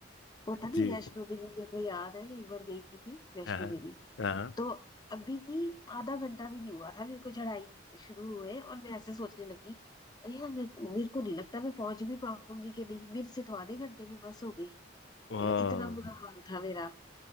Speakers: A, on the left; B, on the left.
A: होता नहीं
B: जी
A: वैष्णो देवी मेरे को याद है मैं एक बार गई थी वैष्णो
B: हाँ हाँ
A: देवी
B: हाँ
A: तो अभी आधा घंटा भी नहीं हुआ था मेरे को चढ़ाई शुरू हुए और मैं ऐसे सोचने लगी अरे यार मेरे को मेरे को नहीं लगता मैं पहुंच भी पाऊंगी कि नहीं मेरे से तो आधे घंटे में बस हो गई
B: हाँ,
A: मतलब इतना बुरा हाल था मेरा